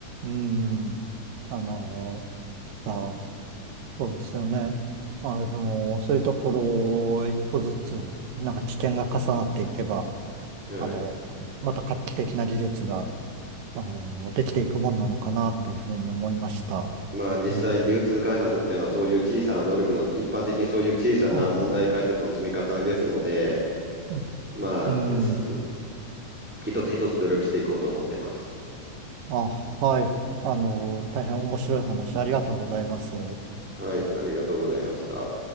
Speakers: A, on the right; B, in the centre.
A: ん、うんあの、あ、そうですよね。あの、そういうところを一歩ずつ、なんか知見が重なっていけば、
B: はい。
A: あの、また画期的な技術が、あの、できていくもんなのかなっていうふうに思いました。
B: まあ実際
A: うん、
B: G2 開発っていうのはそういう小さな努力の、一般的にそういう小さな問題解決の積み重ねですので、
A: うん、う
B: まあ、
A: ん、
B: す
A: うん
B: 一つ一つ努力していこうと思ってます。
A: あ、はい。あの、大変面白い話ありがとうございます。
B: はい、ありがとうございました。